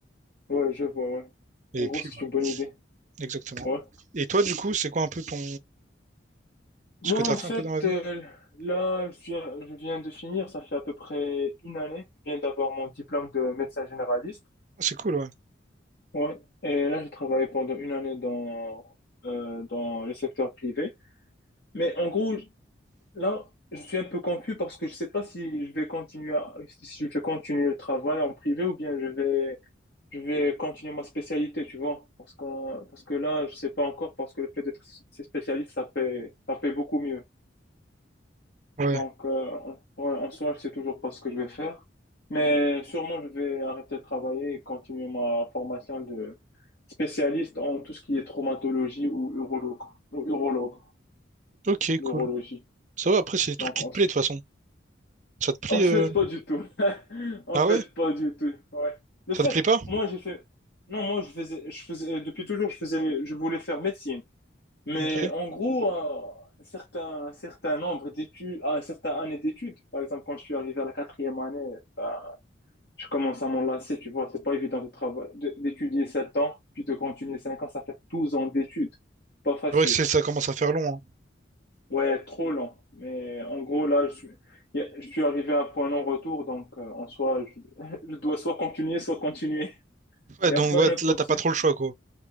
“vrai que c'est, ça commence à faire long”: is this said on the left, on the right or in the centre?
Right